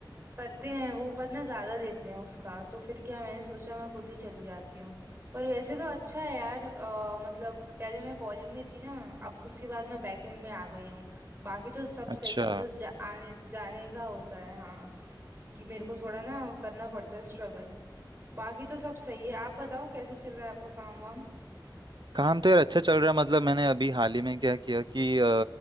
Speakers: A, on the right; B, on the right.
A: करते हैं वो पर ना ज्यादा लेते हैं उसका तो फिर क्या मैंने सोचा मैं खुद ही चली जाती हूँ पर वैसे तो अच्छा है यार अ, मतलब पहले मैं कॉलिंग में थी ना अब उसके बाद मैं बैकएंड में आ गई हूँ बाकी तो सब
B: अच्छा
A: सही है बस जा, आने जाने का होता है हाँ कि मेरे को थोड़ा ना करना पड़ता है स्ट्रगल बाकी तो सब सही है आप बताओ कैसा चल रहा है आपका काम वाम
B: काम तो यार अच्छा चल रहा है मतलब मैंने अभी हाल ही में क्या किया कि अ,